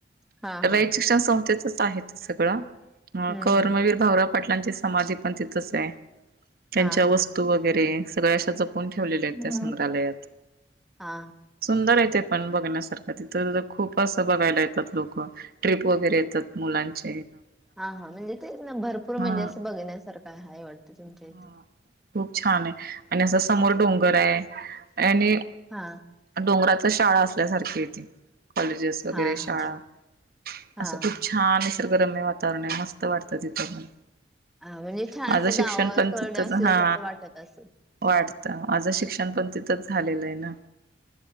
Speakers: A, in the centre; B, on the right.
A: हा
B: रयत
A: हा
B: शिक्षण संस्थच आहे ते सगळं अ
A: हम्म
B: कर्मवीर
A: हम्म
B: भाऊराव पाटलांची समाधी पणं तिथंचये. त्यांच्या
A: हा
B: वस्तू
A: हा
B: वगैरे सगळ्या अशा जपून ठेवलेल्या आहेत. त्या
A: हा
B: संग्रहालयात
A: हा
B: सुंदर ये ते पण बघण्या सारखं तिथ अ खूप असं बघायला येतात लोकं, ट्रिप वगैरे येतात मुलांची.
A: हा हा म्हणजे तेच ना भरपूर म्हणजे,
B: हा
A: असं बघण्यासारखं हाय वाटते तुमच्या
B: हा
A: इथ.
B: खूप छान आहे आणि असं समोर डोंगर हाय आणि
A: हा.
B: डोंगरातच शाळा असल्यासारखी ये ती. कॉलेजेस वगैरे
A: हा
B: शाळां
A: हा हा
B: असं खूप छान अस <unintelligible> गरम नाइ वातावरण आहे, मस्त वाटतं तीथं पणं.
A: हा म्हणजे छान
B: माझं
A: असं
B: शिक्षण
A: गावाकड
B: पणं तिथंच
A: असल्यासारखं
B: हा
A: वाटत असेल.
B: वाट त माझं शिक्षण पणं तिथंच झालेलंय ना.